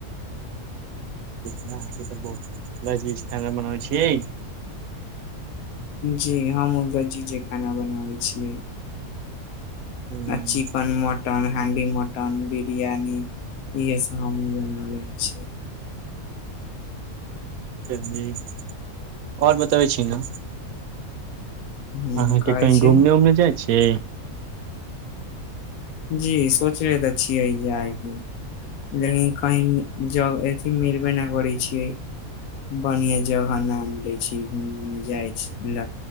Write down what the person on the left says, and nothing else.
जी हम लजीजे खाना बनाबै छियै
आ chicken mutton handi mutton biryani इहे सब हमहुँ बना लेबै छियै
हुं
कहै
छै
जी सोच तऽ छियै जाय के लेकिन कही जब अथी मिलबे नहि करै छियै बढ़िआँ जगह नाम लै छी घूमे मे जाइ छी